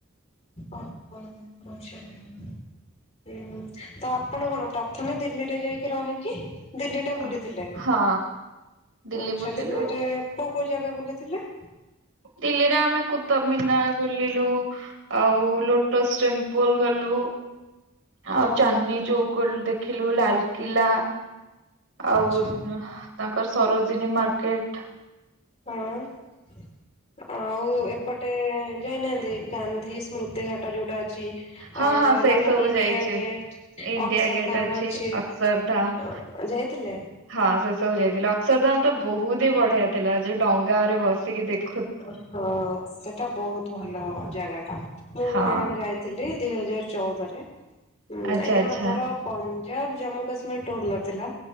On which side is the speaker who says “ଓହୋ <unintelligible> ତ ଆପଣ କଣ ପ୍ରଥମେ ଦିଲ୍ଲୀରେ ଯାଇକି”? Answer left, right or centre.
Left